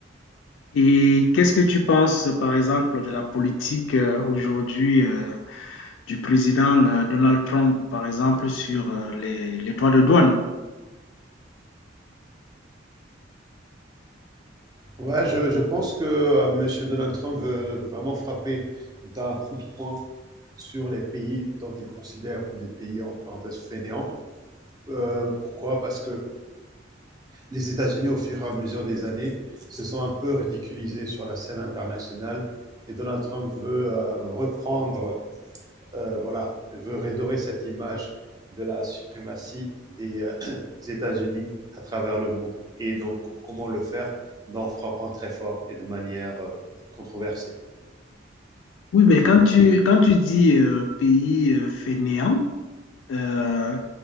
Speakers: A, on the left (about 80°); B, on the right (about 20°).
A: Et qu'est-ce que tu penses, par exemple, de la politique euh, aujourd'hui euh, du président euh, Donald Trump, par exemple, sur euh, les, les droits de douane?
B: Ouais, je, je, pense que Monsieur M. Donald Trump veut vraiment frapper d'un coup de poing sur les pays dont il considère comme des pays, entre parenthèses, fainéants. Euh, pourquoi Parce que les États-Unis, au fur et à mesure des années, se sont un peu ridiculisés sur la scène internationale et Donald Trump veut euh, reprendre, euh, voilà, veut redorer cette image de la suprématie des euh, <clears throat> États-Unis à travers le monde. Et donc, comment le faire ben, En frappant très fort et de manière euh, controversée.
A: Oui, mais quand tu, quand tu dis euh, pays euh, fainéant, euh,